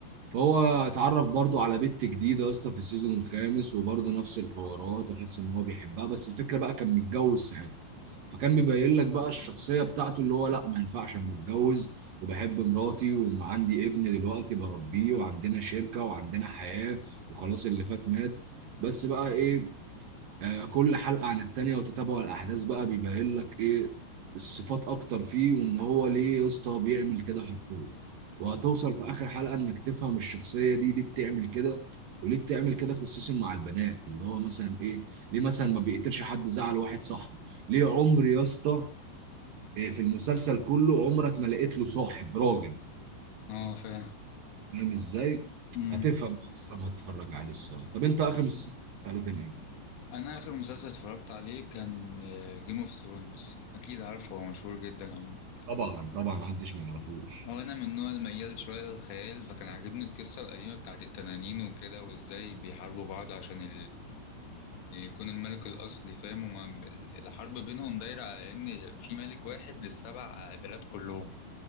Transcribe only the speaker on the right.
فهو اتعرف برضو على بنت جديدة يا اسطى في السيزون الخامس وبرضو نفس الحوارات وحس ان هو بيحبها بس الفكرة بقى كان متجوز ساعتها فكان بيبين لك بقى الشخصية بتاعته اللي هو لا ما ينفعش انا متجوز وبحب مراتي وعندي ابن دلوقتي بربيه وعندنا شركة وعندنا حياة وخلاص اللي فات مات بس بقى ايه آه، كل حلقة عن التانية وتتابع الأحداث بقى بيبين لك إيه الصفات أكتر فيه وإن هو ليه يا اسطى بيعمل كده حرفيا وهتوصل في آخر حلقة إنك تفهم الشخصية دي ليه بتعمل كده وليه بتعمل كده خصيصا مع البنات اللي هو مثلا إيه ليه مثلا ما بيقدرش حد زعل واحد صاحبه ليه عمر يا اسطى آه، في المسلسل كله عمرك ما لقيت له صاحب راجل
فاهم إزاي؟
هتفهم بس لما تتفرج عليه الصراحة طب أنت آخر مسلسل اتفرجت عليه كان إيه؟
طبعا طبعا محدش ما يعرفوش